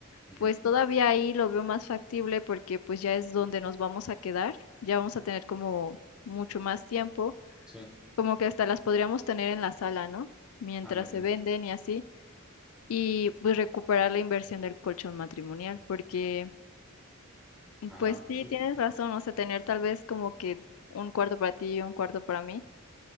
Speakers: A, in the centre; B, on the left.
A: ujú.
B: pues todavía ahí lo veo más factible porque pues ya es donde nos vamos a quedar, ya vamos a tener como mucho más tiempo,
A: Sí,
B: como que hasta las podríamos tener en la sala, ¿no? Mientras
A: ándale.
B: se venden y así y pues recuperar la inversión del colchón matrimonial, porque
A: Ajá,
B: Pues sí,
A: sí,
B: tienes
A: sí.
B: razón, o sea, tener tal vez como que un cuarto para ti y un cuarto para mí,